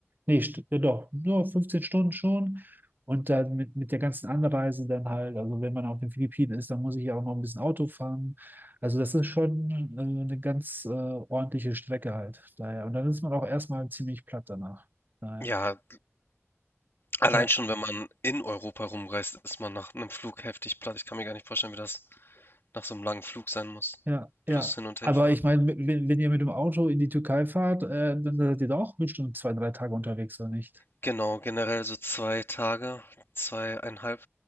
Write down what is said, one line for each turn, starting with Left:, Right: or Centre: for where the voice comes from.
Right: Nee, st ja doch, nur 15 Stunden schon. Und dann mit, mit der ganzen Anreise dann halt, also wenn man auf den Philippinen ist, dann muss ich ja auch noch ein bisschen Auto fahren. Also das ist schon äh, eine ganz äh, ordentliche Strecke halt. Daher. Und dann ist man auch erstmal ziemlich platt danach. Daher.
Left: Ja, allein
Right: Da,
Left: schon, wenn man in Europa rumreist, ist man nach einem Flug heftig platt. Ich kann mir gar nicht vorstellen, wie das nach so einem langen Flug sein muss.
Right: ja, ja.
Left: Plus hin und her
Right: Aber
Left: fahren.
Right: ich meine, wenn, wenn ihr mit dem Auto in die Türkei fahrt, äh, dann seid ihr da auch bestimmt zwei, drei Tage unterwegs, oder nicht?
Left: Genau, generell so zwei Tage, zweieinhalb